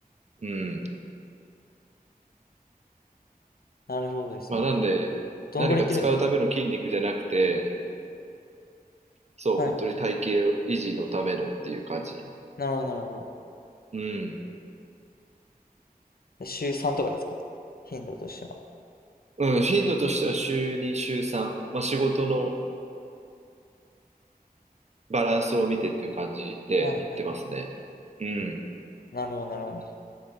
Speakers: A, on the right (about 45°); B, on the left (about 75°).
A: うん。
B: なるほどですね。
A: まあなんで、
B: どのぐらい行ってるんですか
A: 何か使うための筋肉じゃなくて、そう、
B: はい。
A: 本当に体型維持のためのっていう感じ。
B: なるほど、なるほど。
A: うん。
B: で週3とかですか頻度としては。
A: うん、頻度としては週2、週3。まあ仕事のバランスを見てっていう感じで言ってますね。
B: はいはいはい。
A: うん。
B: なるほど、なるほど。